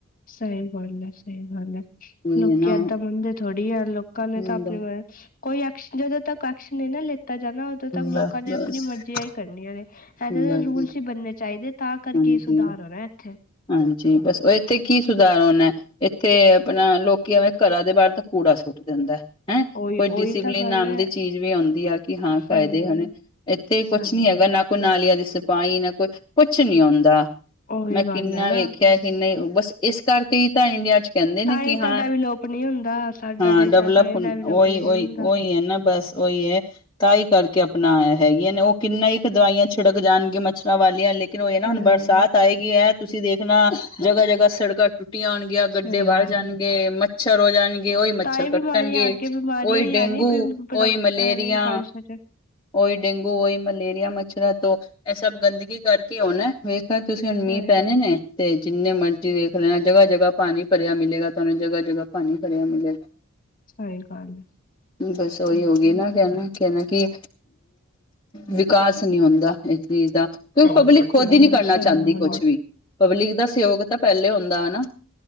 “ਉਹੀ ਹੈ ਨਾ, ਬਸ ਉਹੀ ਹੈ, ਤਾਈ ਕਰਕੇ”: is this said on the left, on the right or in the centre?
Left